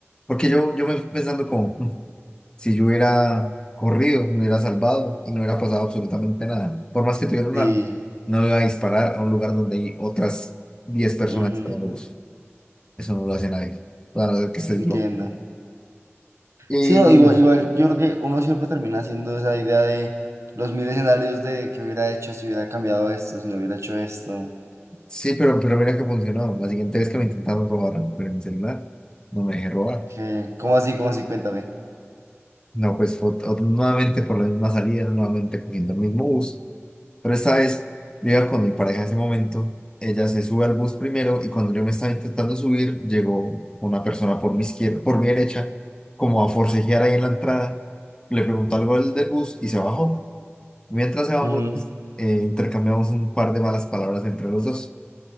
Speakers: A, on the left; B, on the right.
A: porque yo, yo me fui pensando como, "Mm, si yo hubiera corrido, me hubiera salvado y no hubiera pasado absolutamente nada. Por más que tuviera un
B: Sí,
A: arma, no me iba a disparar a un lugar donde hay otras 10 personas
B: ujú,
A: esperando bus. Eso no lo hace nadie, a no ser que estés
B: entiendo.
A: loco. Y
B: Sí, no, igual, igual, yo creo que uno siempre termina haciendo esa idea de los mil escenarios de qué hubiera hecho si hubiera cambiado esto, si no hubiera hecho esto.
A: sí, pero, pero mira que funcionó. La siguiente vez que me intentaron robar, recuperé mi celular, no me dejé robar.
B: que ¿Cómo así? ¿Cómo así? Cuéntame.
A: No, pues ot- ot- nuevamente por la misma salida, nuevamente cogiendo el mismo bus. Pero esta vez yo iba con mi pareja en ese momento. Ella se sube al bus primero y cuando yo me estaba intentando subir, llegó una persona por mi izquierda, por mi derecha, como a forcejear ahí en la entrada. Le preguntó algo del, del bus y se bajó. Mientras se bajó,
B: Ujú.
A: pues, eh, intercambiamos un par de malas palabras entre los dos.